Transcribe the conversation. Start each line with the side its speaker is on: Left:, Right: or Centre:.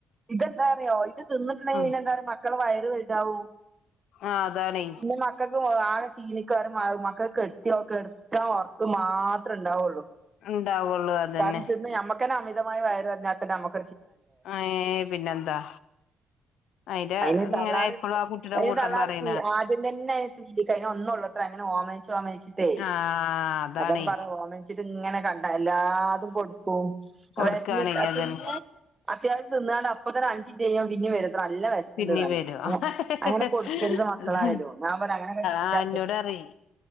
Right: ഇതെന്താറിയോ ഇത് തിന്നിട്ടുണ്ടെങ്കങ്ങ
Left: ഉം
Right: പിന്നെന്താ മക്കളെ വയറ് വലുതാവും
Left: ആഹ് അതാണേ
Right: പിന്നെ മക്കക്ക് ആകെ തീനിക്കാരമാകും മക്കൾക്ക് കെടത്തിയ എടുത്ത ഒറക്കം മാത്രേ ഉണ്ടാവുള്ളൂ
Left: ഉണ്ടാവുള്ളൂ അതന്നെ
Right: കാരണം തിന്ന് ഞമ്മക്കന്നെ അമിതമായി വയറ് നറഞ്ഞാ തന്നെ നമുക്ക്
Left: ഏ പിന്നെന്താ അതിന്റെ
Right: അതിന്
Left: ഇങ്ങനെ
Right: തള്ളാര്
Left: എപ്പളും ആ കുട്ടിടെ
Right: അതിന്
Left: കൂട്ടം
Right: തള്ളാര്
Left: പറയും
Right: ആദ്യം തന്നെ സിദ്ധിക്ക അയിനൊന്നൊള്ളുത്രെ അങ്ങനെ ഓമനിച്ച് ഓമനിച്ചിട്ടേ
Left: ആഹ് അതാണേ
Right: അതെ പറഞ്ഞ് ഓമനിച്ചിട്ട് ഇങ്ങനെ കണ്ട എല്ലാതും കൊടുക്കും
Left: കൊടുക്കാണേ
Right: വെശന്നിട്ടത്
Left: അതന്നെ
Right: ന്ന് അത്യാവശ്യം തിന്ന്കാണ്ട് അപ്പത്തന്നെ അഞ്ച്ന്റെയും പിന്നേം വരും നല്ല വിശക്കുണ്ട്
Left: പിന്നേം
Right: താനും
Left: വരു ഹ-ഹ-ഹ-ഹ-ഹ
Right: അങ്ങനെ കൊടുക്കരുത് മക്കളായാലും ഞാൻ പറയാം അങ്ങനെയൊക്കെ ശീലാക്കരുത്
Left: ആ എന്നോടറിം